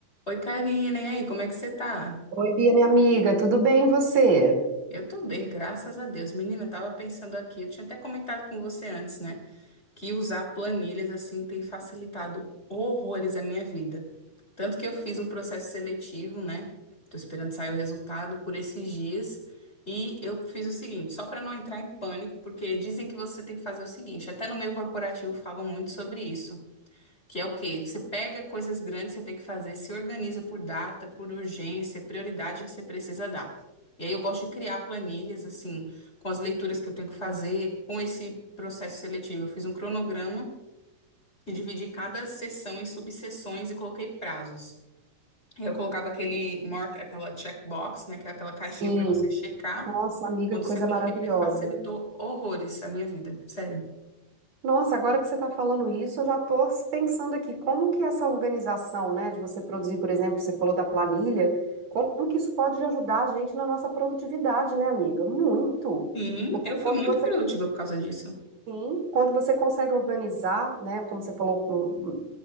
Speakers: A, on the left (about 20°); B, on the right (about 55°).
A: Oi, Karina, e aí, como é que você tá?
B: Oi, Bia, minha amiga, tudo bem e você?
A: Eu tô bem, graças a Deus. Menina, eu tava pensando aqui, eu tinha até comentado com você antes, né, que usar planilhas assim tem facilitado horrores a minha vida. Tanto que eu fiz um processo seletivo, né? Tô esperando sair o resultado por esses dias. E eu fiz o seguinte, só para não entrar em pânico, porque dizem que você tem que fazer o seguinte, até no meio corporativo falam muito sobre isso. Que é o quê? Você pega coisas grandes que você tem que fazer, se organiza por data, por urgência, prioridade que você precisa dar. E aí eu gosto de criar planilhas, assim, com as leituras que eu tenho que fazer, com esse processo seletivo. Eu fiz um cronograma e dividi cada sessão em subseções e coloquei prazos. E Eu colocava aquele mark, aquela checkbox, né, que é aquela caixinha
B: Sim.
A: para você checar.
B: Nossa, amiga,
A: Quando
B: que coisa
A: você conferiu,
B: maravilhosa.
A: e facilitou horrores a minha vida, sério.
B: Nossa, agora que você está falando isso, eu já estou pensando aqui, como que essa organização, né, de você produzir, por exemplo, você falou da planilha, como que isso pode ajudar a gente na nossa produtividade, né, amiga? Muito.
A: Sim,
B: Porque
A: eu fui
B: quando
A: muito
B: você,
A: produtiva por causa disso.
B: sim, quando você consegue organizar, né, como você falou, um,